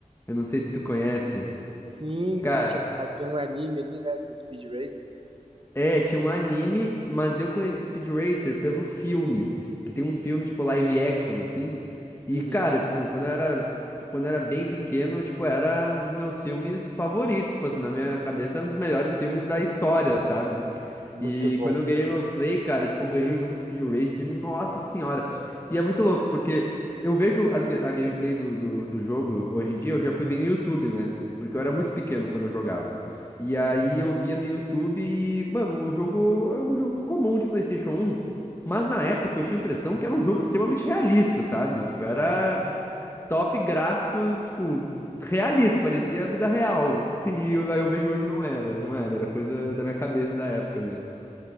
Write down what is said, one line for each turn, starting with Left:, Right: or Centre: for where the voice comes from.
Left: Eu não sei se tu conhece.
Right: Sim,
Left: Cara,
Right: sim, tinha, tinha um anime ali, né, do Speed Racer.
Left: É, tinha um anime, mas eu conheci o Speed Racer pelo filme, que tem um filme, tipo, live action, assim. E,
Right: Uhum.
Left: cara, tipo, quando eu era, quando eu era bem pequeno, tipo, era um dos meus filmes favoritos, tipo, assim, na minha cabeça era um dos melhores filmes da história, sabe?
Right: Muito
Left: E
Right: bom.
Left: quando eu ganhei meu play, cara, tipo, eu ganhei o jogo de Speed Racer, nossa senhora. E é muito louco, porque eu vejo as ga- a gameplay do, do, do jogo hoje em dia, eu já fui ver no YouTube, né? Porque eu era muito pequeno quando eu jogava. E aí eu via no YouTube e, mano, o jogo é um jogo comum de PlayStation um Mas na época eu tinha a impressão que era um jogo extremamente realista, sabe? Tipo, era top gráficos, tipo, realista, parecia a vida real. <laughs> E eu- aí eu vejo hoje não era, não era, era coisa da minha cabeça da época mesmo.